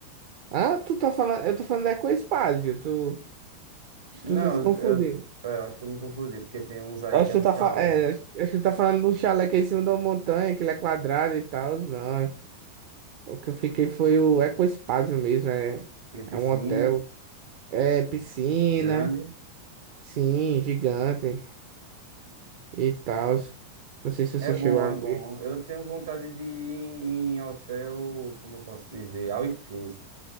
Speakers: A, on the right; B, on the right.
A: Ah, tu tá falando... Eu tô falando da Ecospásio. Tu... Acho
B: Não,
A: que tu tá se confundindo.
B: eu, eu acho que eu me confundi, porque tem uns aí
A: Acho
B: que é
A: que
B: um
A: tu tá,
B: chalé.
A: fa... é, acho acho que tu tá falando de um chalé que é em cima de uma montanha, que ele é quadrado e tal. Não, O que eu fiquei foi o Ecospásio mesmo, é,
B: Tem piscina
A: é um hotel, é piscina,
B: grande.
A: sim, gigante e tal. Não sei se
B: É
A: você
B: bom,
A: chegou a
B: é bom.
A: ver.
B: Eu tenho vontade de ir em hotel, como eu posso dizer, all inclusive.